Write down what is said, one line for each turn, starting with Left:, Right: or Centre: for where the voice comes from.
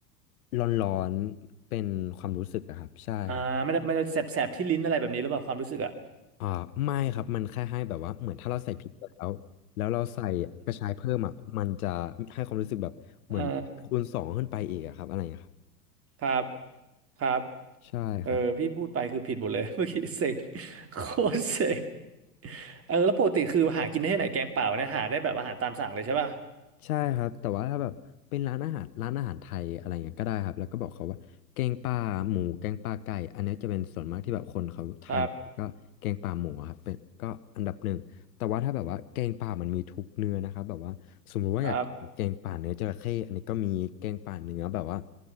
Left: ร้อนๆเป็นความรู้สึกอะครับใช่ครับ
Right: อ่ามันจะมันจะแสบแสบที่ลิ้นอะไรแบบนี้หรือเปล่าความรู้สึกอ่ะ
Left: อ่าไม่ครับมันแค่ให้แบบว่าเหมือนถ้าเราใส่พริกไปแล้วแล้วเราใส่กระชายเพิ่มอ่ะมันจะให้ความรู้สึกแบบเหมือนคูณสองขึ้นไปอีกอะครับอะไรอย่างเงี้ยครับ
Right: เออครับครับ
Left: ใช่ครับ
Right: เออพี่พูดไปคือผิดหมดเลย <laughs> เมื่อกี้เสก <laughs> โคตรเสกเออแล้วปกติคือหากินได้ที่ไหนแกงเปล่าเนี่ยหาได้แบบอาหารตามสั่งเลยใช่ป่ะ
Left: ใช่ครับแต่ว่าถ้าแบบเป็นร้านอาหารร้านอาหารไทยอะไรเงี้ยก็ได้ครับแล้วก็บอกเขาว่าแกงป่าหมูแกงป่าไก่อันเนี้ยจะเป็นส่วนมากที่แบบคนเขาทานก็แกงป่าหมูอะครับเป็นก็อันดับหนึ่งแต่ว่าถ้าแบบว่าแกงป่ามันมีทุกเนื้อนะครับแบบว่าสมมุติว่าอยากกินแบบแกงป่าเนื้อจระเข้อันนี้ก็มีแกงป่าเนื้อแบบว่า
Right: ครับครับ